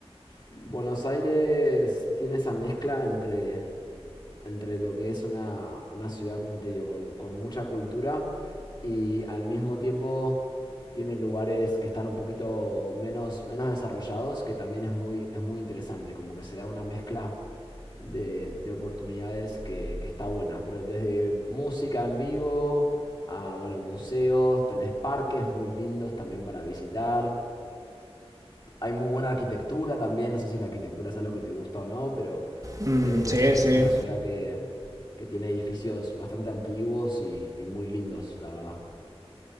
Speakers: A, on the left; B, on the right.
A: Buenos Aires tiene esa mezcla entre, entre lo que es una, una ciudad, como te digo, con, con mucha cultura y al mismo tiempo tiene lugares que están un poquito menos, menos desarrollados, que también es muy, es muy interesante, como que se da una mezcla de, de oportunidades que, que está buena. Pero desde música en vivo a, bueno, museos, tenés parques muy lindos también para visitar. Hay muy buena arquitectura también, no sé si la arquitectura es algo que te gusta o no, pero
B: Mm,
A: eh,
B: sí,
A: es, un-
B: sí.
A: es una ciudad que, que tiene edificios bastante antiguos y, y muy lindos, la verdad.